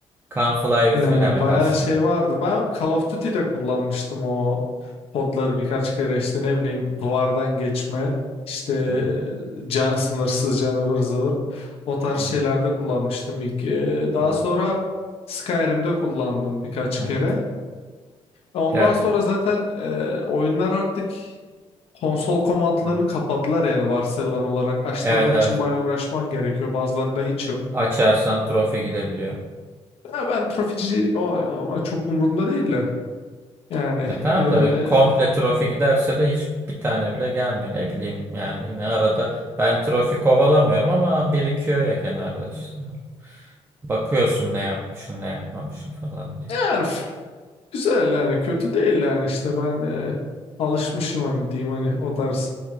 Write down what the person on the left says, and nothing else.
Yani
bayağı
şey vardı. Ben Call of Duty'de kullanmıştım o kodları birkaç kere işte ne bileyim duvardan geçme işte
can, sınırsız canavar zıvır o tarz
şeylerde
kullanmıştım ilk. Ee, Daha
sonra Skyrim'de kullandım birkaç
kere. E, Ondan
sonra zaten e, oyunlar artık konsol komandlarını
kapadılar yani varsayılan olarak açtırmak
için bayağı uğraşman gerekiyor. Bazılarında hiç yok.
Ya ben trofici o- ona çok umurumda değil de. Yani
eee
yani f- güzel yani kötü değil yani işte ben eee, alışmışım hani diyeyim hani o tarz